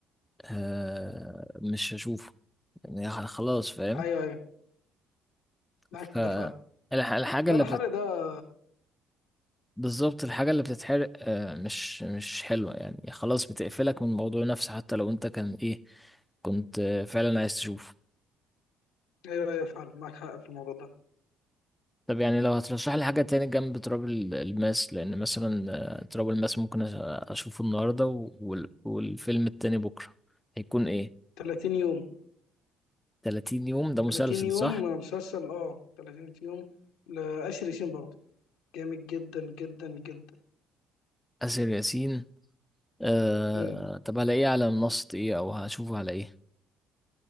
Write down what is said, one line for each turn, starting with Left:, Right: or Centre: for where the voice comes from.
Centre: آه مش هشوفه يعني خلاص فاهم
Left: ايوه ايوه معاك
Centre: فالحاجة
Left: في ده فعلا لا
Centre: اللي
Left: الحرق
Centre: بتت...
Left: ده
Centre: بالظبط الحاجة اللي بتتحرق آه مش مش حلوة يعني خلاص بتقفلك من الموضوع نفسه حتى لو انت كان ايه كنت آه، فعلا عايز تشوفه
Left: ايوه ايوه فعلا معاك حق في الموضوع ده
Centre: طب يعني لو هترشح لي حاجة تاني جنب تراب ال- الماس لأن مثلا آه، تراب الماس ممكن أش- أشوفه النهاردة وال... والفيلم التاني بكرة هيكون إيه؟
Left: 30 يوم
Centre: 30 يوم ده
Left: 30
Centre: مسلسل
Left: يوم
Centre: صح؟
Left: مسلسل اه 30 يوم لآسر ياسين برضه جامد جدا جدا جدا
Centre: آسر ياسين آه...
Left: امم
Centre: طب هلاقيه على منصة إيه أو هشوفه على إيه؟